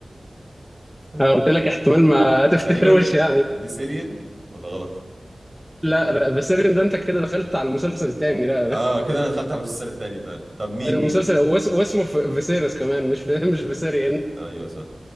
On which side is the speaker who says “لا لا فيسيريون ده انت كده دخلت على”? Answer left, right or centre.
Centre